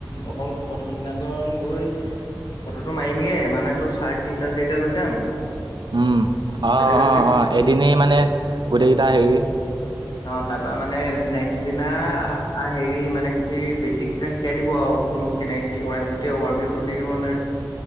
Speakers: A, on the left; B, on the right.
A: অকল প্ৰথম দিনা কাৰণ গৈ ফটোটো মাৰিমেই, মানে তোৰ চাৰ্ট তিনিটা-চাৰিটা লৈ যাম।
B: উম, অ'
A: বেলেগ
B: -
A: বেলেগকে
B: অ' - অ'। এদিনেই মানে গোটেইকেইটা হেৰি
A: অ তাপা মানে নেক্স দিনা আ হেৰি মানে গোটেই বেচিক কেইটা শিকাই দিব আৰু কোনটো কেনেক কি কৰে গোটেই অভাৰভিউ টো দি দিব ন?